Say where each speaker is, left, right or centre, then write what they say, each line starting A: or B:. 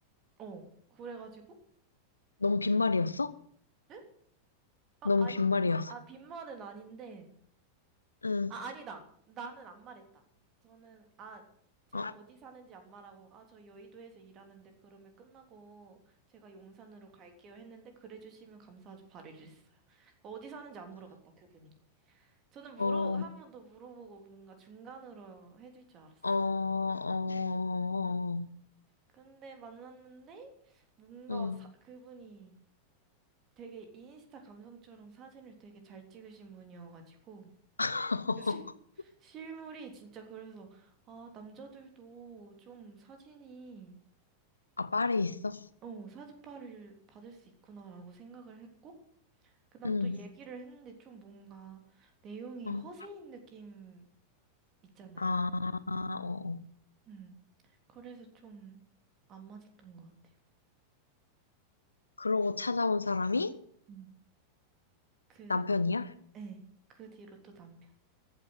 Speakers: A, on the right; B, on the left.
A: 어, 그래가지고,
B: 넌 빈말이었어?
A: 에? 아,
B: 넌
A: 아니,
B: 빈말이었어?
A: 아, 빈말은 아닌데,
B: 응,
A: 아, 아니다. 나는 안 말했다. 저는, 아, 제가
B: 어,
A: 어디 사는지 안 말하고, 아, 저 여의도에서 일하는데 그러면 끝나고 제가 용산으로 갈게요 했는데, 그래 주시면 감사하죠. 바로 이랬어요. 그러니까 어디 사는지 안 물어봤다, 그분이. 저는 물어,
B: 어,
A: 한
B: 어,
A: 번 더 물어보고 뭔가 중간으로 해줄 줄 알았어요.
B: 어, 어, 어, 어.
A: 근데 만났는데, 뭔가
B: 응.
A: 사- 그분이 되게 인스타 감성처럼 사진을 되게 잘 찍으신 분이어가지고,
B: <laughs>
A: 실, 실물이 진짜 그래서, 아, 남자들도 좀 사진이,
B: 아, 파리에 있어?
A: 어, 사진빨을 받을 수 있구나라고 생각을 했고, 그다음
B: 응.
A: 또 얘기를 했는데 좀 뭔가 내용이
B: 어.
A: 허세인 느낌 있잖아요.
B: 아, 어. 어.
A: 음, 그래서 좀 안 맞았던 것 같아요.
B: 그러고
A: 그래,
B: 찾아온 사람이
A: 음, 그,
B: 남편이야?
A: 예, 그 뒤로 또 남편.